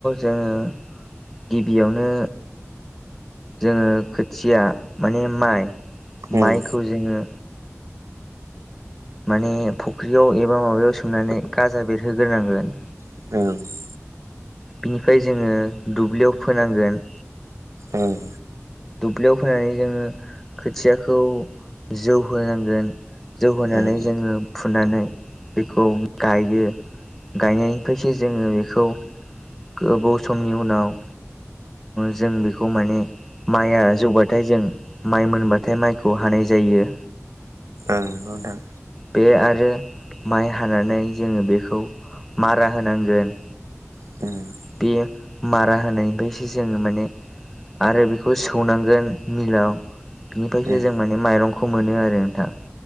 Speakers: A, in the centre; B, on the right (about 75°).
A: जोङो गिबियावनो जोङो खोथिया माने माइ
B: उम
A: माइखौ जोङो माने फुख्रियाव एबा माबायाव सोमनानै गाजा बेरहोग्रोनांगोन।
B: <unintelligible>
A: बिनिफ्राय जोङो दुब्लियाव फोनांगोन।
B: ओं
A: दुब्लियाव फोनानै जोङो खोथियाखौ जौ होनांगोन। जौ होनानै
B: ओं
A: जोङो फुनानै बेखौ गायो। गायनायनिफ्रायसो जोङो बेखौ गोबाव समनि उनाव जों बेखौ माने माइआ जौबाथाय जों माइ मोनबाथाय माइखौ हानाय जायो।
B: ओं ना नोंथां
A: बे आरो माइ हानानै जोङो बेखौ मारा होनांगोन।
B: <inaudible>
A: बे मारा होनायनिफ्रायसो जोङो माने आरो बेखौ सौनांगोन मिलाव बिनिफ्रायसो
B: उम
A: जों माने माइरंखौ मोनो आरो नोंथां।